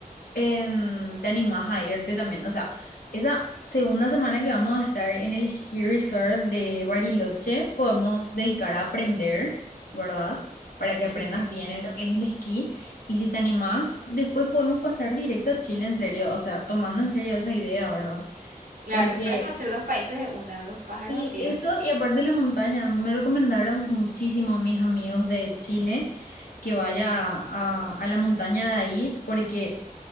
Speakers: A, on the left; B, on the right.
A: em, te animás a irte también? O sea, esa segunda semana que vamos a estar en el ski resort de Bariloche, podemos dedicar a aprender, ¿verdad? Para que
B: Sí,
A: aprendas bien en lo que es el esquí. Y si te animás, después podemos pasar directo a Chile, en serio. O sea, tomando en serio esa idea, ¿verdad?
B: claro,
A: Porque...
B: para conocer dos países de una, dos pájaros
A: Sí,
B: de un tiro.
A: eso, y aparte de la montaña, a mí me recomendaron muchísimo mis amigos de Chile que vaya a, a la montaña de ahí, porque